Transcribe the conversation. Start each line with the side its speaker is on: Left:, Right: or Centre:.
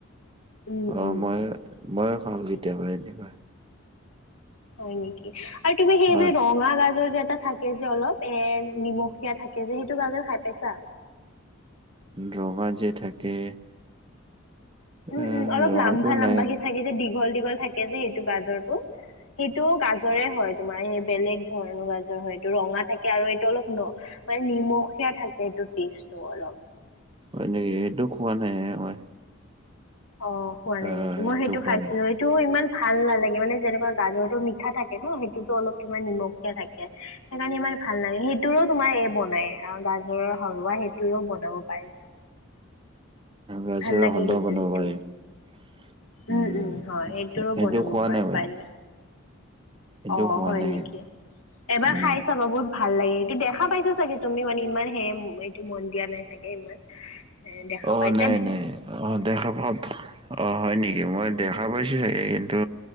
Left: উম
Right: অ',
Left: উম
Right: মই-মই খাওঁ কেতিয়াবা কেতিয়াবা।
Left: হয় নেকি। আৰু তুমি সেই
Right: অ
Left: যে ৰঙা গাজৰ যে এটা থাক থাকে যে অলপ, এ নিমখীয়া থাকে যে সেইটো গাজৰ খাই পাইছা?
Right: ৰঙা যে থাকে
Left: উম,
Right: আহ
Left: উম, অলপ
Right: ৰঙাটো
Left: লাম্বা-লাম্বাকে
Right: নাই অ
Left: থাকে যে, দীঘল-দীঘল থাকে যে সেইটো গাজৰটো। সেইটোও গাজৰে হয় তোমাৰ। সেই বেলেগ ধৰণৰ গাজৰ হয় এইটো ৰঙা থাকে আৰু এইটো অলপ ন মানে নিমখীয়া থাকে। এইটো টেষ্টটো অলপ
Right: হয় নেকি? সেইটো খোৱা নাই মই।
Left: অ', খোৱা নাই
Right: আহ
Left: নেকি? মই সেইটো
Right: খোৱা
Left: খাইছিলো
Right: নাই
Left: সেটোও ইমান ভাল নালাগে। মানে যেনেকুৱা গাজৰতো মিঠা থাকে ন, সেইটোতো অলপ কিবা নিমখিয় থাকে। সেইকাৰণে ইমান ভাল নালাগে। সেইটোৰো তোমাৰ এই বনাই গাজৰৰ হালৱা সেইটোৰেও বনাব পাৰি।
Right: গাজৰৰ
Left: ভাল লাগে
Right: হালৱা
Left: কিন্তু
Right: বনাব
Left: সেইটো
Right: পাৰি। উম,
Left: উম উম হয়
Right: এইটো
Left: সেইটোৰো বনাব
Right: খোৱা
Left: পাৰে
Right: নাই বাৰু।
Left: পাৰি
Right: সেইটো
Left: অ',
Right: খোৱা
Left: হয়
Right: নাই
Left: নেকি?
Right: কিন্তু
Left: এবাৰ
Right: উম।
Left: খাই চাবা, বহুত ভাল লাগে কিন্তু দেখা পাইছা চাগে তুমি মানে ইমান সেই এইটো মন দিয়া নাই চাগে ইমান। এ দেখা
Right: অ',
Left: পাইছ
Right: নাই, নাই। অ', দেখা ভাব অ', হয় নেকি? মই দেখা পাইছো চাগে কিন্তু